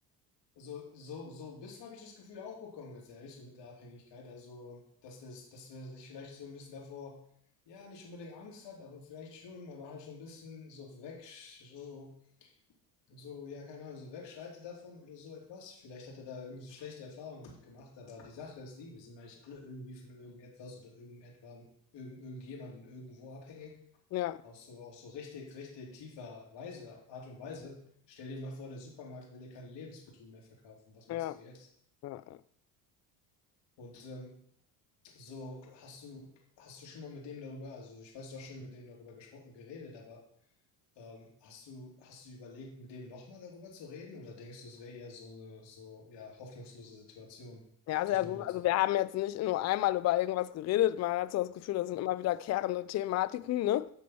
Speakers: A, on the left; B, on the left.
A: so, so, so ein bisschen habe ich das Gefühl auch bekommen, ganz ehrlich, so mit der Abhängigkeit. Also, dass das, dass er sich vielleicht so ein bisschen davor, ja, nicht unbedingt Angst hat, aber vielleicht schon, aber halt schon ein bisschen so weg, so, so, ja, keine Ahnung, so wegschreitet davon oder so etwas. Vielleicht hat er da irgendwie so schlechte Erfahrungen mitgemacht, aber die Sache ist die, wir sind eigentlich alle irgendwie von irgendetwas oder irgendetwas, irgend, irgendjemandem irgendwo abhängig.
B: Ja,
A: Auch so, auch so richtig, richtig tiefer Weise, Art und Weise. Stell dir mal vor, der Supermarkt will dir keine Lebensmittel mehr verkaufen. Was machst
B: ja, ja.
A: du jetzt?
B: ja.
A: Und ähm, so hast du, hast du schon mal mit dem darüber, also ich weiß, du hast schon mit dem darüber geschro- geredet, aber ähm, hast du, hast du überlegt, mit dem nochmal darüber zu reden? Oder denkst du, es wäre eher so eine, so, ja, hoffnungslose Situation,
B: Ja, also,
A: das
B: also
A: nochmal
B: also
A: zu.
B: wir haben jetzt nicht nur einmal über irgendwas geredet. Man hat so das Gefühl, das sind immer wiederkehrende Thematiken, ne?